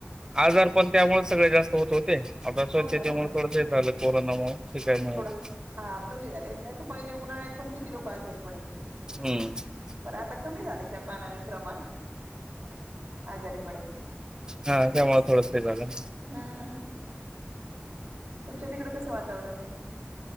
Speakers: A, on the right; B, on the right.
A: आजार पण त्यामुळे सगळे जास्त होत होते. आता असं स्वच्छतेमुळे
B: ना हो ना
A: थोडंच झालं कोरोनामुळे शिकाय मिळालं.
B: थोडं हा कमी झाले नाही तर पहिले उन्हाळ्यात पण किती लोक आजारी पडायची
A: हम्म
B: पण आता कमी झालय त्यामानाने प्रमाण आजारी पडायचे
A: हा त्यामुळे थोडस हे झालं.
B: हम्म तुमच्या तिकड कसं वातावरण आहे.